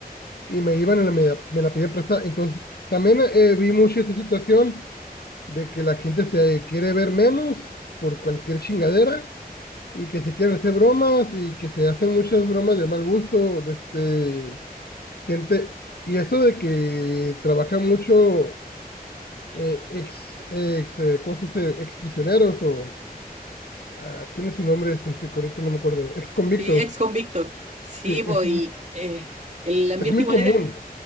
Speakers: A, on the left; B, on the right.
A: y me iban y la- me, la- me la pidían prestada. Entonces, también eh, vi mucho esa situación de que la gente se quiere ver menos por cualquier chingadera y que se quieren hacer bromas y que se hacen muchas bromas de mal gusto, de este, gente. Y eso de que trabaja mucho eh, ex, ex eh, ¿cómo se dice? Ex prisioneros o ah, tiene su nombre específico, ahorita no me acuerdo, ex convictos.
B: Sí, ex convicto. Sí,
A: Sí,
B: pues,
A: es, un-
B: y eh, el ambiente
A: es muy
B: igual
A: común.
B: era,